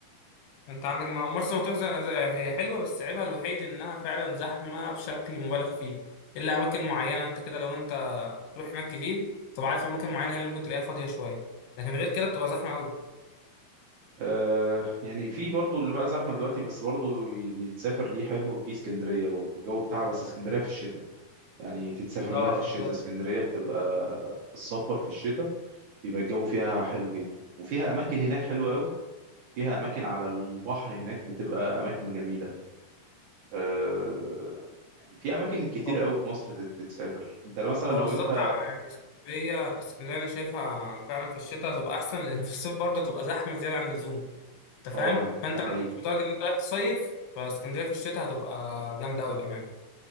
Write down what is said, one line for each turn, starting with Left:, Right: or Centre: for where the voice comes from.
Left: انت عندك ما هو مرسى مطروح زي... زي- هي حلوه بس عيبها الوحيد انها فعلا زحمه بشكل مبالغ فيه الا اماكن معينه انت كده لو انت بتروح هناك كتير طب عارف اماكن معينه هي اللي ممكن تلاقيها فاضيه شويه لكن غير كده بتبقى زحمه قوي
Right: آه يعني في برضو اللي بقى زحمه دلوقتي بس برضو ي- بيتسافر ليه حلو في اسكندريه برضو الجو بتاعها بس اسكندريه في الشتاء يعني تتسافر
Left: اه
Right: لها في
Left: بالظبط
Right: الشتاء اسكندريه بتبقى في السفر في الشتاء بيبقى الجو فيها حلو جدا وفيها اماكن هناك حلوه قوي فيها اماكن على البحر هناك بتبقى اماكن جميله آه، يعني في اماكن كتير
Left: هو
Right: قوي في مصر تت- تتسافر انت لو- مثلا
Left: هو
Right: لو
Left: بالظبط
Right: انت
Left: يعني اسكندريه اسكندريه انا شايفها فعلا في الشتاء هتبقى احسن لان في الصيف برضه هتبقى زحمه زياده عن اللزوم انت
Right: اه
Left: فاهم فانت
Right: ده حقيقي
Left: لو مش متارجت ان انت رايح تصيف فاسكندريه في الشتاء هتبقى جامده قوي بامان